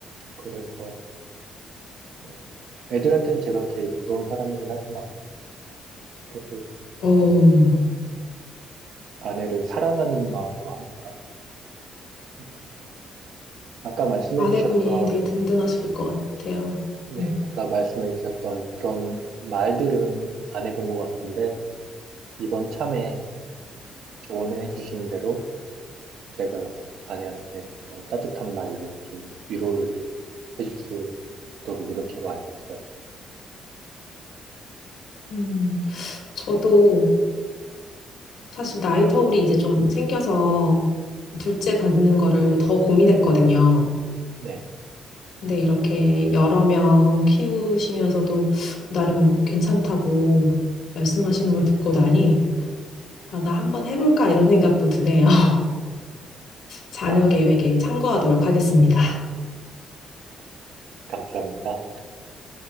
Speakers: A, on the right; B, on the left.
A: 그래서, 어, 애들한테는 제가 제일 무서운 사람이긴 하지만 그래도
B: 어,
A: 저는 아내를 사랑하는 마음으로 하는 거라. 음, 아까 말씀해
B: 아내분이
A: 주셨던,
B: 되게 든든하실 것 같아요.
A: 네,
B: 음,
A: 아까 말씀해 주셨던 그런 말들은 안 해본 것 같은데 이번 참에 조언해 주신 대로 제가 아내한테 그런 따뜻한 말로 좀 위로를 해줄 수 있도록 노력해 봐야겠어요.
B: 음, 저도 사실 나이 터울이 이제 좀 생겨서 둘째 갖는 거를 더 고민했거든요.
A: 네.
B: 근데 이렇게 여러 명 키우시면서도 나름 괜찮다고 말씀하시는 걸 듣고 나니, 아, 나 한번 해볼까 이런 생각도 드네요. <laughs> 자녀
A: 어,
B: 계획에 참고하도록 하겠습니다.
A: 감사합니다.